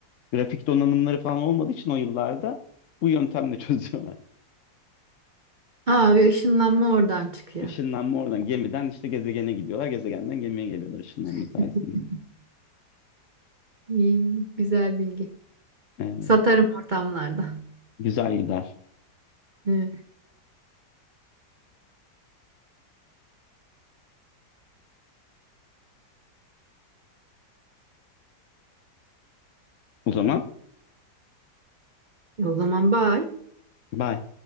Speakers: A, on the left (about 65°); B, on the right (about 45°).
A: grafik donanımları falan olmadığı için o yıllarda bu yöntemle <laughs> çözüyorlar.
B: Aa ve ışınlanma oradan çıkıyor.
A: Işınlanma oradan gemiden işte gezegene gidiyorlar. Gezegenden gemiye geliyorlar ışınlanma
B: <laughs>
A: sayesinde.
B: İyi, güzel bilgi.
A: Evet.
B: Satarım ortamlarda.
A: Güzel gider.
B: Evet.
A: O zaman
B: O zaman bye.
A: bye.